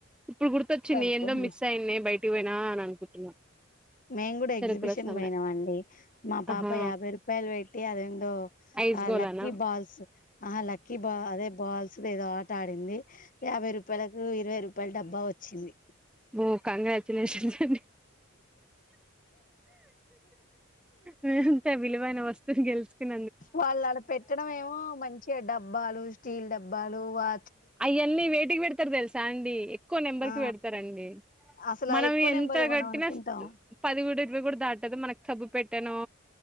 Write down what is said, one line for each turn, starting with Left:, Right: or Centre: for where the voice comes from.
Centre: ఇప్పుడు గుర్తొచ్చింది
Left: సరిపోయింది
Centre: ఏందో మిస్ అయింది బయట్ టి పోనా అని అనుకుంటున్నా.
Left: మేము కూడా ఎగ్జిబిషన్
Centre: చెరుకు రసం
Left: పోయినం అం, డి మా పాప
Centre: ఆహా
Left: యాభై రూపాయలు పెట్టి అదేందో
Centre: ఐస్
Left: ఆ
Centre: గోలానా
Left: లక్కీ బాల్స్, ఆహ లక్కీ బా అదే బాల్స్ దేదో ఆట ఆడింది, యాభై రూపాయలకు ఇరవై రూపాయల డబ్బా వచ్చింది.
Centre: ఓ కంగ్రాచులేషన్స్ అండి. మేంత విలువైన వస్తువుని గెలుచుకుని
Left: వాళ్ళలా పెట్టడేమో మంచిగ డబ్బాలు, స్టీల్ డబ్బాలు, వా
Centre: అయ్యన్నీ వేటికి పెడతరు తెలుసా అండి, ఎక్కువ నెంబర్
Left: ఆ
Centre: కి పెడతరండి.
Left: అసలు
Centre: మనం
Left: ఆ ఎక్కువ
Centre: ఎంత
Left: నెంబర్ మనం
Centre: గట్టినా
Left: అనుకుంటాం
Centre: పదిగుడ, ఇరవై గుడ దాటదు, మనకు సబ్బు పెట్టానో